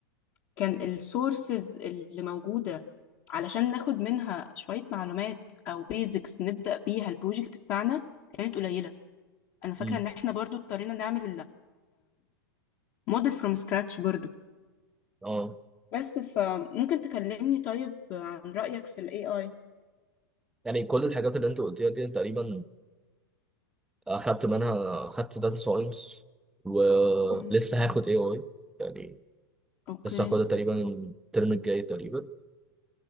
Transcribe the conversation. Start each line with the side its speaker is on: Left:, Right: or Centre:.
Left: كان السورسز اللي موجوده علشان ناخد منها شويه معلومات او بيزكس نبدا بيها البروجكت بتاعنا كانت قليله انا فاكره
Centre: مم.
Left: ان احنا برضو اضطرينا نعمل موديل فروم سكراتش برضو
Centre: أه
Left: بس فممكن تكلمني طيب عن رأيك في ال AI
Centre: يعني كل الحاجات اللي أنت قلتيها دي تقريبا أخدت منها أخدت داتا ساينس ولسه
Left: مم.
Centre: هاخد AI يعني
Left: اوكي
Centre: لسه هاخدها تقريبا الترم الجاي تقريبا